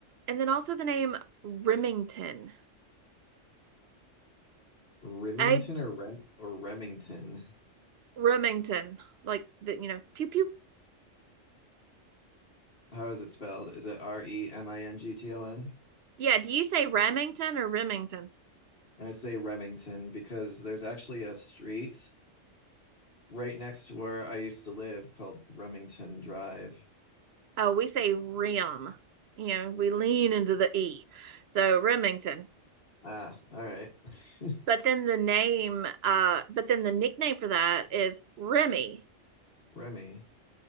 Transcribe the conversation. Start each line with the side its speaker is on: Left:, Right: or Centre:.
Right: and then also the name Remington.
Left: Remington
Right: I
Left: or Rem or Remington.
Right: Remington, like the you know, pew pew.
Left: How is it spelled? Is it R E M I N G T O N?
Right: Yeah, do you say Remington or Remington?
Left: I say Remington because there's actually a street right next to where I used to live called Remington Drive.
Right: Oh, we say rim. You know, we lean into the E. So Remington.
Left: Ah, all right. <laughs>
Right: But then the name, uh, but then the nickname for that is Remy.
Left: Remy.